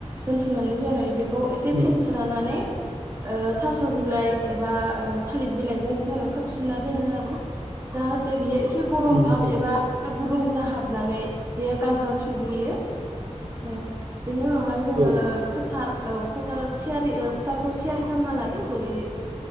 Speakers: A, on the right (about 20°); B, on the right (about 60°).
A: दोन्थुमनानै जोङो बेखौ एसे
B: उम
A: फेनस्रानानै ओ थास' बिलाइ एबा थालिर बिलाइजों जोङो खोबसिना दोनो आरो जाहाथे बियो एसे गरम
B: उम
A: भाब
B: औ
A: एबा गुदुं जाहाबनानै बेयो गाजा सुग्लियो औ बिनि उनावहाय जोङो
B: औ
A: फोथार औ फोथार थियारि फोथारखौ थियारि खालामना लायो जेरै